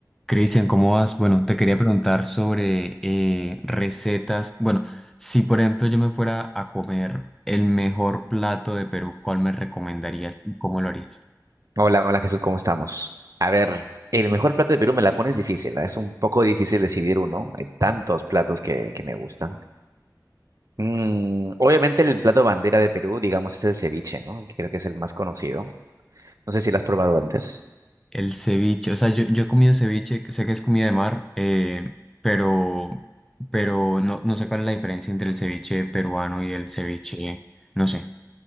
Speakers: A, in the centre; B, on the right.
A: Cristian, ¿cómo vas? Bueno, te quería preguntar sobre eh, recetas. Bueno, si por ejemplo yo me fuera a comer el mejor plato de Perú, ¿cuál me recomendarías y cómo lo harías?
B: Hola, hola Jesús, ¿cómo estamos? A ver, el mejor plato de Perú me la pones difícil, ¿ah? es un poco difícil decidir uno, hay tantos platos que, que me gustan. Mm, obviamente el plato bandera de Perú, digamos, es el ceviche, ¿no? Creo que es el más conocido. No sé si lo has probado antes.
A: El ceviche, o sea, yo, yo he comido ceviche, que sé que es comida de mar, eh, pero, pero no, no sé cuál es la diferencia entre el ceviche peruano y el ceviche, no sé,